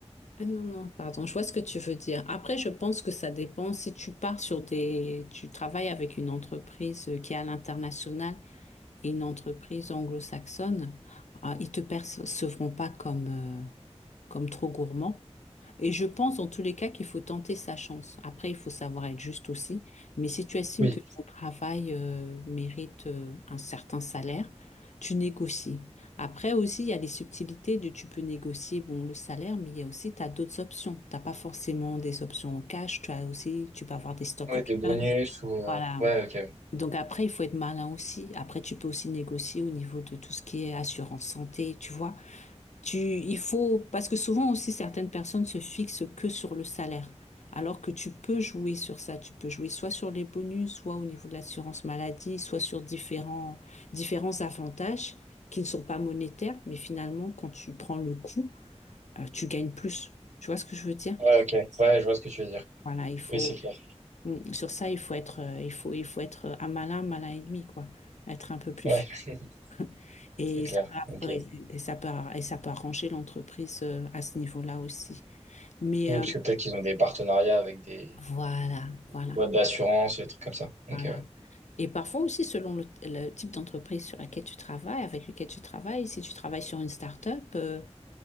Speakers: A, on the left (about 85°); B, on the right (about 85°).
A: Ah Non, non, pardon, je vois ce que tu veux dire. Après, je pense que ça dépend si tu pars sur des... Tu travailles avec une entreprise euh, qui est à l'international et une entreprise anglo-saxonne, ah, ils te percevront pas comme, euh, comme trop gourmand. Et je pense en tous les cas qu'il faut tenter sa chance. Après, il faut savoir être juste aussi. Mais si tu estimes
B: oui,
A: que ton travail euh, mérite euh, un certain salaire, tu négocies. Après aussi, il y a les subtilités de tu peux négocier bon le salaire, mais il y a aussi tu as d'autres options. T'as pas forcément des options en cash. Tu as aussi tu peux avoir des stock
B: oui,
A: options.
B: des bonus ou euh,
A: Voilà.
B: ouais, ok,
A: Donc après, il faut être malin aussi. Après, tu peux aussi négocier au niveau de tout ce qui est assurance santé, tu vois. Tu, il faut, parce que souvent aussi certaines personnes se fixent que sur le salaire, alors que tu peux jouer sur ça. Tu peux jouer soit sur les bonus, soit au niveau de l'assurance maladie, soit sur différents, différents avantages qui ne sont pas monétaires, mais finalement, quand tu prends le coup, euh, tu gagnes plus. Tu vois ce que je veux dire?
B: ouais, ok, ouais, je vois ce que tu veux dire.
A: Voilà, il faut,
B: Oui, c'est clair.
A: Mm, sur ça, il faut être, euh, il faut, il faut être euh, un malin, malin et demi, quoi. Être un peu plus
B: Ouais,
A: fin.
B: <laughs>
A: <laughs> Et
B: c'est clair.
A: ça
B: Ok.
A: peut, et ça peut, et ça peut arranger l'entreprise euh, à ce niveau-là aussi. Mais
B: Oui,
A: euh,
B: parce que peut-être qu'ils ont des partenariats avec des
A: Voilà, voilà.
B: boîtes d'assurance, des trucs comme ça. Donc,
A: voilà.
B: euh,
A: Et parfois aussi, selon le, le type d'entreprise sur laquelle tu travailles, avec lequel tu travailles, si tu travailles sur une start-up, euh,